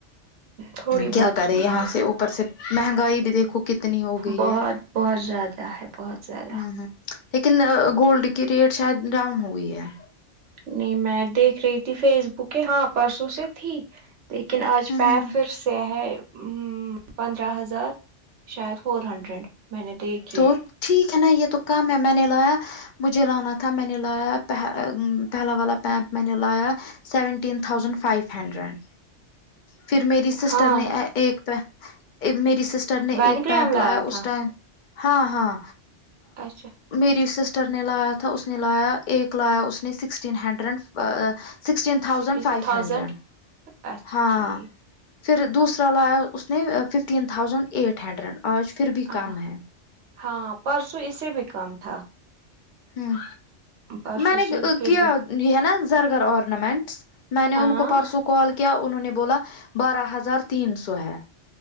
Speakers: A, on the right (about 75°); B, on the left (about 50°).
A: تھوڑی
B: کیا
A: بہت
B: کرے
A: کی
B: یہاں
A: ہے
B: سے اوپر سے مہنگائی بھی دیکھو کتنی ہو گئی
A: بہت بہت زیادہ ہے بہت زیادہ
B: ہوں ہوں لیکن گولڈ کی ریٹ شاید ڈاؤن ہوئی ہے
A: نہیں میں دیکھ رہی تھی فیس بک ہاں پرسوں سے تھی لیکن آج
B: ہ
A: میں
B: ہ
A: پھر سے ہے ہ پندرہ ہزار شاید فور ہنڈریڈ میں نے دیکھ
B: تو ٹھیک ہے نا یہ تو کم ہے میں نے لایا مجھے لانا تھا میں نے لایا پہلا والا پیمپ میں نے لایا سیونٹین تھاؤزنڈ فائیف ہنڈریڈ پھر میری سسٹر
A: ہاں
B: نے ایک پ میری سسٹر نے
A: وین
B: ایک
A: گرام
B: پیپ لایا اس
A: تھا
B: ٹائم ہاں ہاں
A: اچھا
B: میری سسٹر نے لایا تھا اس نے لایا ایک لایا اس نے سکسٹین ہنڈریڈڈ با sixteen thousand
A: six
B: five
A: thousand
B: hundred
A: اچھا
B: ہاں
A: ٹھیک
B: پھر دوسرا لایا اس نے ففٹین تھاؤزینڈ ایٹ ہنڈریڈ آج پھر بھی
A: ہاں
B: کم ہے
A: ہاں پرسوں اس سے بھی کام تھا
B: ہوں
A: پرسوں
B: میں نے
A: سے پھر
B: کیا
A: بھی
B: یہ ہے نا زرگر آرنامنٹس میں نے
A: ہاں
B: ان کو پرسوں کال کیا انہوں نے بولا بارہ ہزار تین سو ہے